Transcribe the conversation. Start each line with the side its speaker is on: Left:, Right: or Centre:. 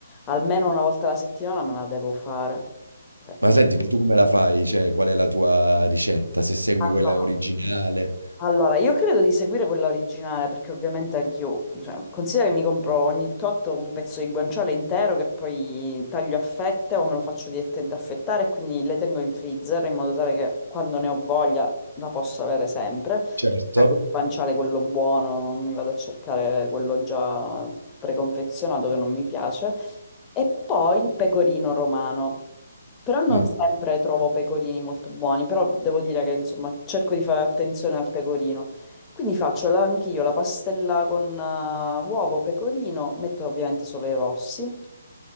Left: almeno una volta alla settimana me la devo fare. Cioè, per
Right: Ma senti, tu come la fai? Cioè, qual è la tua ricetta? Se segui
Left: farla.
Right: quella originale?
Left: Allora, io credo di seguire quella originale perché ovviamente anch'io, cioè, considera che mi compro ogni tot un pezzo di guanciale intero che poi taglio a fette o me lo faccio direttamente affettare e quindi le tengo in freezer in modo tale che quando ne ho voglia la posso avere sempre.
Right: Certo.
Left: Prendo il guanciale quello buono, non mi vado a cercare quello già preconfezionato che non mi piace. E poi il pecorino romano. Però non
Right: Mm.
Left: sempre trovo pecorini molto buoni, però devo dire che insomma cerco di fare attenzione al pecorino. Quindi faccio la- anch'io la pastella con eh, uovo, pecorino, metto ovviamente solo i rossi,